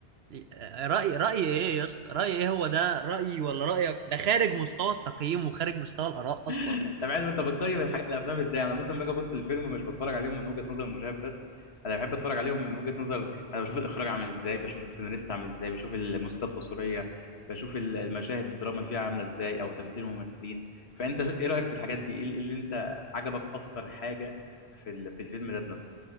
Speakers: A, on the right; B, on the left.
A: <laughs> رأي رأي ايه يا اسطى رأي ايه هو ده رأيي ولا رأيك ده خارج مستوى التقييم وخارج مستوى الآراء
B: <laughs>
A: اصلا
B: طب عادي انت بتقيم الحاجات الافلام ازاي انا مثلا باجي ابص الفيلم مش بتفرج عليهم من وجهه نظر المشاهد بس انا بحب اتفرج عليهم من وجهه نظر انا بشوف الاخراج عامل ازاي بشوف السيناريست عامل ازاي بشوف الموسيقى التصويريه بشوف ال- المشاهد الدراما اللي فيها عامله ازاي او تمثيل الممثلين فانت ايه رايك في الحاجات دي ايه اللي إيه اللي انت عجبك اكتر حاجه في ال- في الفيلم ذات نفسه